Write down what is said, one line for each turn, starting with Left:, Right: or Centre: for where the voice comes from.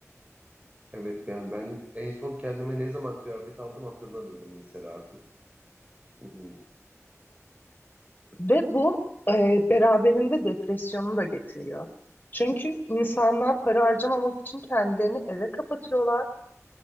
Right: Evet yani ben en son kendime ne zaman kıyafet aldım hatırlamıyorum mesela artık. Hı hı.
Left: Ve bu e, beraberinde depresyonu da getiriyor. Çünkü insanlar para harcamamak için kendilerini eve kapatıyorlar.